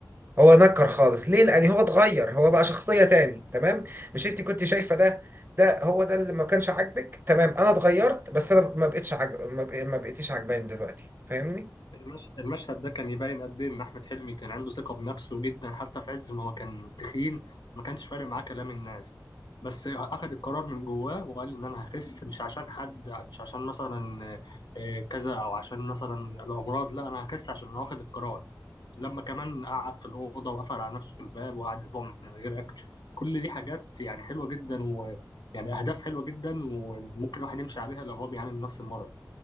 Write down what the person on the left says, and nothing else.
المش... المشهد ده كان يبين قد ايه ان احمد حلمي كان عنده ثقه بنفسه جدا حتى في عز ما هو كان تخين ما كانش فارق معاه كلام الناس بس اخذ القرار من جواه وقال ان انا هخس مش عشان حد مش عشان مثلا آه، كذا او عشان مثلا الامراض لا انا هخس عشان انا واخد القرار لما كمان قعد في الاوضه وقفل على نفسه الباب وقعد اسبوع من غير اكل كل دي حاجات يعني حلوه جدا ويعني اهداف حلوه جدا وممكن الواحد يمشي عليها لو هو بيعاني من نفس المرض